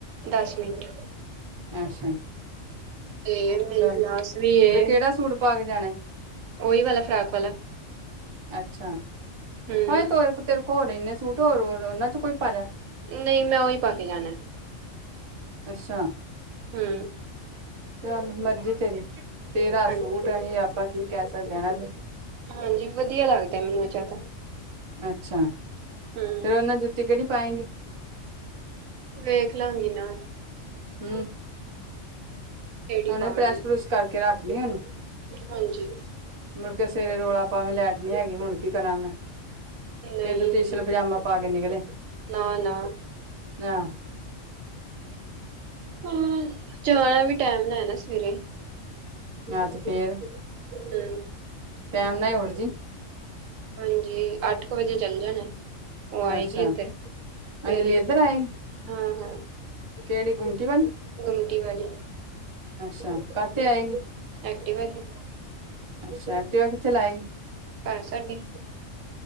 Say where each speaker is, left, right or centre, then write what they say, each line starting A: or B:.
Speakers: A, on the right; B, on the right.
A: ਦਸ ਮਿੰਟ
B: ਅੱਛਾ
A: ਤੇ ਮੇਰੀ
B: ਚੱਲ
A: ਕਲਾਸ ਵੀ ਏ
B: ਤੇ ਕਿਹੜਾ ਸੂਟ ਪਾ ਕੇ ਜਾਣਾ
A: ਉਹੀ ਵਾਲਾ ਫਰਾਕ ਵਾਲਾ
B: ਅੱਛਾ
A: ਹੂੰ
B: ਭਾਵੇ ਤ ਤੇਰੇ ਕੋ ਹੋਰ ਇੰਨੇ ਸੂਟ ਹੋਰ ਹੋਰ ਉਹਨਾਂ 'ਚੋ ਕੋਈ ਪਾ ਜਾ।
A: ਨਹੀਂ ਮੈਂ ਉਹੀ ਪਾ ਕੇ ਜਾਣਾ।
B: ਅੱਛਾ
A: ਹੂੰ
B: ਚੱਲ ਮਰਜੀ ਤੇਰੀ ਤੇਰਾ
A: ਹਾਂਜੀ
B: ਸੂਟ ਅਹੀ ਆਪਾਂ ਕੀ ਕਹਿ ਸਕਦੇ ਆ ਹੈਨਾ ਬਈ।
A: ਹਾਂਜੀ ਵਧੀਆ ਲੱਗਦਾ ਮੈਨੂੰ ਇਹ ਜ਼ਿਆਦਾ
B: ਅੱਛਾ, ਫਿਰ
A: ਹੂੰ
B: ਉਹਦੇ ਨਾਲ ਜੁੱਤੀ ਕਿਹੜੀ ਪਾਏਗੀ।
A: ਵੇਖ ਲਾਂਗੀ ਨਾ
B: ਹੂੰ,
A: ਕਿਹੜੀ
B: ਐਨੇ
A: ਪਾਵਾਂਗੀ
B: ਪ੍ਰੈਸ ਪਰੂਸ ਕਰਕੇ ਰੱਖ ਲਈ ਉਹਨੂੰ
A: ਹਾਂਜੀ,
B: ਮੁੜਕੇ ਸਵੇਰੇ ਰੋਲਾ ਭਾਵੇਂ ਲੈਟ ਨੀ ਹੈਗੀ ਹੁਣ ਕੀ ਕਰਾਂ ਮੈਂ
A: ਨਹੀਂ
B: ਫਿਰ ਤੂੰ ਟੀ ਸ਼ਰਟ ਪਜਾਮਾ ਪਾ ਕੇ ਨਿਕਲੇ।
A: ਨਾ ਨਾ
B: ਹਾਂ,
A: ਹੂੰ <unintelligible> ਵੀ ਟਾਈਮ ਲੈਣੇ ਸਵੇਰੇ
B: ਆਹ ਤੇ ਫੇਰ
A: ਹੂੰ,
B: ਟੈਮ ਨਾਲ ਈ ਉਠੱ ਜੀ।
A: ਹਾਂਜੀ, ਅੱਠ ਕ ਵਜੇ ਚੱਲ ਜਾਣਾ। ਉਹ ਆਏਗੀ
B: ਅੱਛਾ
A: ਇੱਧਰ ਫੇਰ
B: ਅੰਜਲੀ ਇੱਧਰ ਆਏਗੀ
A: ਹਾਂ-ਹਾਂ
B: ਕਿਹੜੀ ਗੁੰਮਟੀ ਵਾਲੀ
A: ਗੁੰਮਟੀ ਵਾਲੀ,
B: ਅੱਛਾ ਕਾਤੇ ਆਏਗੀ।
A: ਐਕਟੀਵਾ ਤੇ।
B: ਅੱਛਾ, ਐਕਟੀਵਾ ਕਿੱਥੇ ਲਾ ਆਈ।
A: ਘਰ ਸਾਡੇ